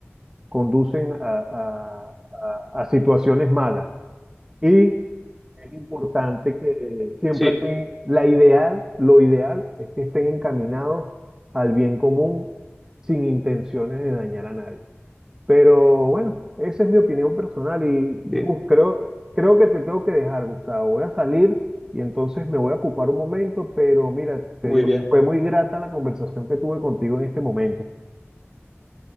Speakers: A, on the right; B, in the centre.
A: conducen a, a- a- a situaciones malas. Y es importante que siempre
B: sí,
A: te- la ideal, lo ideal es que estén encaminados al bien común sin intenciones de dañar a nadie. Pero bueno, esa es mi opinión personal y Gus,
B: sí,
A: creo, creo que te tengo que dejar, Gustavo. Voy a salir y entonces me voy a ocupar un momento, pero mira, te
B: muy
A: digo
B: bien.
A: que fue muy grata la conversación que tuve contigo en este momento.